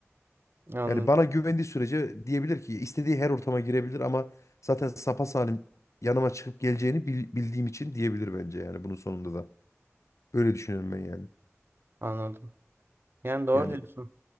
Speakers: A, on the right; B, on the left.
A: Anladım.
B: Yani bana güvendiği sürece diyebilir ki istediği her ortama girebilir ama zaten sapasalim yanıma çıkıp geleceğini bil- bildiğim için diyebilir bence yani bunun sonunda da. Öyle düşünüyorum ben yani.
A: Anladım. Yani doğru
B: Yani
A: diyorsun.